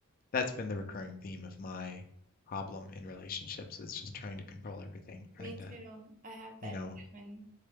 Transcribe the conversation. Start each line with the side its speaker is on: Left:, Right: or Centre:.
Left: that's been the recurring theme of my problem in relationships is just trying to control everything, trying
Right: Me too.
Left: to,
Right: I have
Left: you
Right: that
Left: know,
Right: too. And